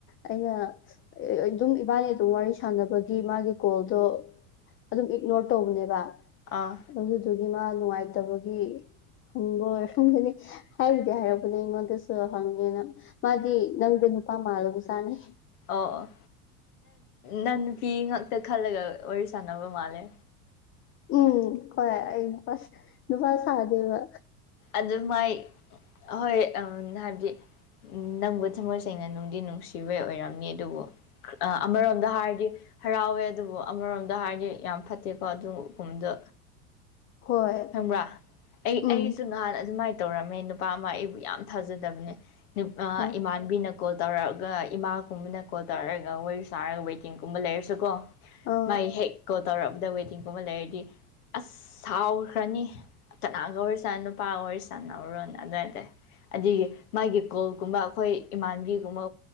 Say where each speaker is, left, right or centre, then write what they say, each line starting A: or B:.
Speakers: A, on the left (about 30°); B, on the left (about 75°).
A: ꯑꯩꯅ꯫ ꯑꯗꯨꯝ ꯏꯕꯥꯅꯤ ꯑꯗꯨꯝ ꯋꯥꯔꯤ ꯁꯥꯟꯅꯕꯒꯤ ꯃꯥꯒꯤ ꯀꯣꯜꯗꯣ ꯑꯗꯨꯝ ꯏꯛꯅꯣꯔ ꯇꯧꯕꯅꯦꯕ
B: ꯑꯥ
A: ꯑꯗꯨꯗꯨꯒꯤ ꯃꯥ ꯅꯨꯡꯉꯥꯏꯇꯕꯒꯤ ꯍꯪꯕ ꯑꯣꯏꯔꯝꯒꯅꯤ ꯍꯥꯏꯕꯨꯗꯤ ꯍꯥꯏꯔꯛꯄꯅꯦ ꯑꯩꯉꯣꯟꯗꯁꯨ ꯍꯪꯉꯦꯅ ꯃꯥꯗꯤ ꯅꯪꯗꯨ ꯅꯨꯄꯥ ꯃꯥꯜꯂꯨꯕ ꯖꯥꯠꯅꯦ
B: ꯑꯣ ꯑꯣ ꯅꯪ ꯅꯨꯄꯤ ꯉꯥꯛꯇ ꯈꯜꯂꯒ ꯋꯥꯔꯤ ꯁꯥꯟꯅꯕ ꯃꯥꯜꯂꯦ
A: ꯎꯝ ꯍꯣꯏ ꯅꯨꯄꯥ ꯁꯥꯗꯦꯕ
B: ꯑꯗꯨꯃꯥꯏ ꯍꯣꯏ ꯎꯝ ꯍꯥꯏꯕꯗꯤ ꯅꯪꯕꯨ ꯊꯃꯣꯏ ꯁꯦꯡꯅ ꯅꯨꯡꯗꯤ ꯅꯨꯡꯁꯤꯕꯩ ꯑꯣꯏꯔꯝꯅꯤ ꯑꯗꯨꯕꯨ꯫ ꯑꯃꯔꯣꯝꯗ ꯍꯥꯏꯔꯗꯤ ꯍꯔꯥꯎꯋꯦ ꯑꯗꯨꯕꯨ ꯑꯃꯔꯣꯝꯗ ꯍꯥꯏꯔꯗꯤ ꯌꯥꯝ ꯐꯠꯇꯦꯀꯣ ꯑꯗꯨꯒꯨꯝꯕꯗꯨ
A: ꯍꯣꯏ
B: ꯈꯪꯕ꯭ꯔꯥ ꯑꯩ
A: ꯎꯝ
B: ꯑꯩꯁꯨ ꯅꯍꯥꯟ ꯑꯗꯨꯃꯥꯏꯅ ꯇꯧꯔꯝꯃꯦ ꯅꯨꯄꯥ ꯑꯃ ꯑꯩꯕꯨ ꯌꯥꯝ ꯊꯥꯖꯗꯕꯅꯦ
A: ꯑ
B: ꯏꯃꯥꯟꯅꯕꯤꯅ ꯀꯣꯜ ꯇꯧꯔꯛꯑꯒ ꯏꯃꯥꯒꯨꯝꯕꯅ ꯀꯣꯜ ꯇꯧꯔꯛꯑꯒ ꯋꯥꯔꯤ ꯁꯥꯔꯒ ꯋꯦꯇꯤꯡꯒꯨꯝꯕ ꯂꯩꯔꯁꯨꯀꯣ
A: ꯑꯥ
B: ꯃꯥꯏ ꯍꯦꯛ ꯀꯣꯜ ꯇꯧꯔꯛꯄꯗ ꯋꯦꯇꯤꯡꯒꯨꯝꯕ ꯂꯩꯔꯗꯤ ꯑꯁ ꯁꯥꯎ ꯈ꯭ꯔꯅꯤ ꯀꯅꯥꯒ ꯋꯥꯔꯤꯁꯥꯏ ꯅꯨꯄꯥꯒ ꯋꯥꯔꯤ ꯁꯥꯅꯕꯔꯣꯅ ꯑꯗꯩꯗꯤ ꯑꯗꯨꯒꯤ ꯃꯥꯒꯤ ꯀꯣꯜꯒꯨꯝꯕ ꯑꯩꯈꯣꯏ ꯏꯃꯥꯟꯕꯤꯒꯨꯝꯕ